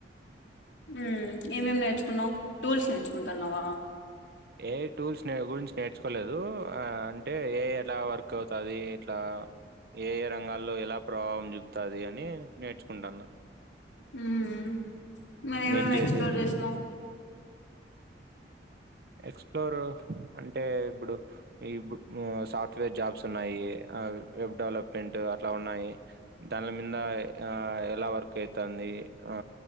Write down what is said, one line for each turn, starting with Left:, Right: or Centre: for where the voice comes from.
Left: హ్మ్ ఏం ఏం నేర్చుకున్నావ్ టూల్స్ నేర్చుకుంటనవ
Right: ఎఐ టూల్స్ గురించి నేర్చుకోలేదు ఆ అంటే ఏఐ ఎలా వర్క్ అవుతది ఎట్లా ఏ ఏ రంగాల్లో ఎలా ప్రభావం చూపుతది అని నేర్చుకుంటాన
Left: హమ్ నువ్ ఏవి
Right: నేను
Left: ఏవి
Right: చేసే
Left: ఎక్స్ప్లోర్ చేశ్నవ్
Right: ఎక్స్ప్లోర్ అంటే ఇప్పుడు ఇ సాఫ్ట్వేర్ జాబ్స్ ఉన్నాయి వెబ్ డెవలప్మెంట్ అట్లా ఉన్నాయి దానిల మీద ఆ ఎలా వర్క్ అయితంది ఆ